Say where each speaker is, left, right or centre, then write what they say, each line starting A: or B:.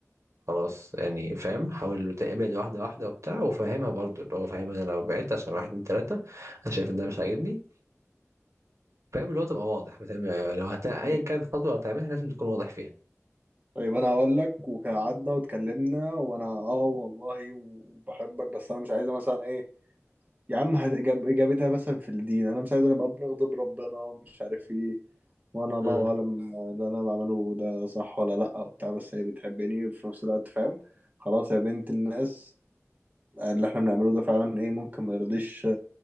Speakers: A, on the right (about 70°); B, on the right (about 30°).
A: خلاص يعني فاهم حاول تقبل واحده واحده وبتاع وفاهمها برضو اللي هو فاهمها انا لو بعدت عشان واحد اتنين تلاته انا شايف ان ده مش عاجبني فاهم اللي هو تبقى واضح بتعمل لو هت... ايا
B: مم.
A: كانت الخطوه اللي هتعملها لازم تكون واضح فيها
B: طيب انا هقول لك وقعدنا واتكلمنا وانا اه والله وبحبك بس انا مش عايزه مثلا ايه يا عم هت- إجاب- اجابتها مثلا في الدين انا مش عايزه نبقى بنغضب ربنا ومش عارف ايه وانا الله
A: امم
B: اعلم اللي انا بعمله ده صح ولا لا وبتاع بس هي بتحبني وفي نفس الوقت فاهم خلاص يا بنت الناس اللي احنا بنعمله ده فعلا ايه ممكن ما يرضيش